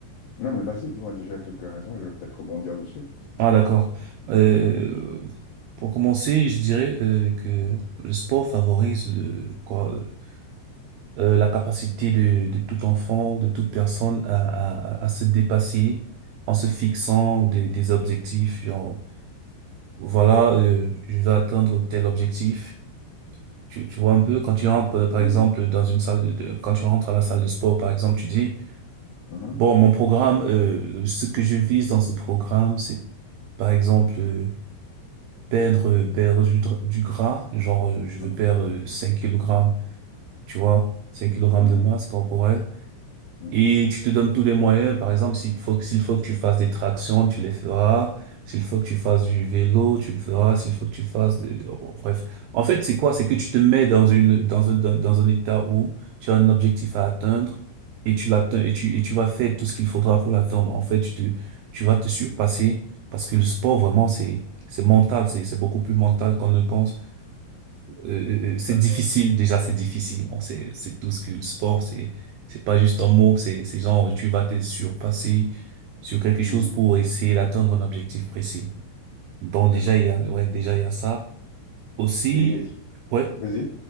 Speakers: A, on the left (about 75°); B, on the right (about 85°).
A: Non, mais vas-y, dis-moi déjà quelques raisons, je vais peut-être rebondir dessus.
B: Ah d'accord. Euh, pour commencer, je dirais euh, que le sport favorise le quoi euh, euh, la capacité de, de tout enfant, de toute personne à, à, à à se dépasser en se fixant des, des objectifs. Genre, voilà, euh, je vais atteindre tel objectif. Tu, tu vois un peu quand tu rentres par
A: Mhm,
B: exemple dans une salle de, de- quand tu rentres à la salle de sport par exemple, tu dis
A: mhm,
B: bon mon programme, euh, le- ce que je vise dans ce programme, c'est par exemple euh, perdre, euh, perdre du, dra- du gras, genre euh, je
A: mhm,
B: veux perdre euh, 5 kg, tu vois, cinq kilogrammes
A: mhm,
B: de masse corporelle.
A: mhm,
B: Et
A: mhm.
B: tu te donnes tous les moyens. Par exemple, s'il faut, que- s'il faut que tu fasses des tractions, tu les feras. S'il faut que tu fasses du vélo, tu le feras. S'il faut que tu fasses de, bon, bref. En fait, c'est quoi? C'est que tu te mets dans une, dans un, dans, dans un état où tu as un objectif à atteindre et tu l'atteins et tu, et tu vas faire tout ce qu'il faudra pour l'atteindre. En fait, tu te, tu vas te surpasser parce que le sport, vraiment, c'est, c'est mental. C'est, c'est beaucoup plus mental qu'on ne pense euh, euh, c'est
A: D'accord.
B: difficile, déjà c'est difficile. On sait, c'est tout ce que le sport, c'est, c'est pas juste un mot, c'est, c'est genre tu vas te surpasser sur quelque chose
A: mhm,
B: pour essayer d'atteindre un objectif précis. Bon,
A: D'accord.
B: déjà il y a, ouais, déjà il y a ça. Aussi,
A: Et, et-
B: ouais,
A: vas-y.